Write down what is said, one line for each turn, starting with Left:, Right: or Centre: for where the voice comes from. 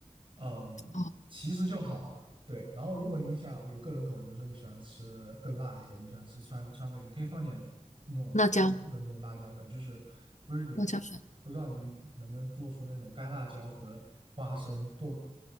Right: 嗯，
Left: 哦，
Right: 其实就好了。对，然后如果你想有个人口味，比如说你喜欢吃更辣一些，你喜欢吃川川味，你可以放点那种特制的那种辣椒粉，
Left: 辣椒，
Right: 就是不是有不知道你能不能做出那种干辣椒和花生剁
Left: 辣椒粉。